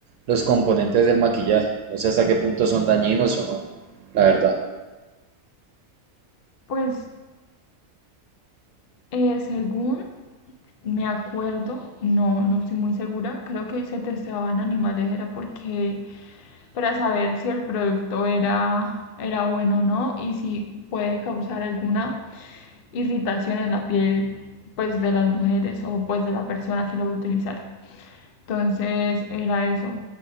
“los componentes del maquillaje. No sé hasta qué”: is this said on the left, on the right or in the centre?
Right